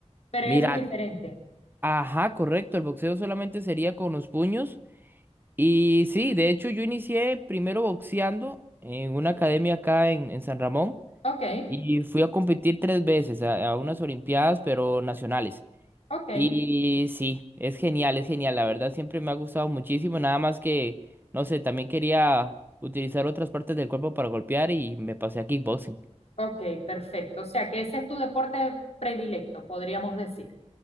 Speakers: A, on the left; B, on the right.
A: Pero
B: Mira,
A: es diferente.
B: ajá, correcto, el boxeo solamente sería con los puños. Y sí, de hecho yo inicié primero boxeando en una academia acá en, en San Ramón
A: Ok,
B: y fui a competir tres veces a, a unas olimpiadas, pero nacionales.
A: ok,
B: Y sí, es genial, es genial, la verdad siempre me ha gustado muchísimo, nada más que, no sé, también quería utilizar otras partes del cuerpo para golpear y me pasé a kickboxing.
A: ok, perfecto. O sea que ese es tu deporte predilecto, podríamos decir.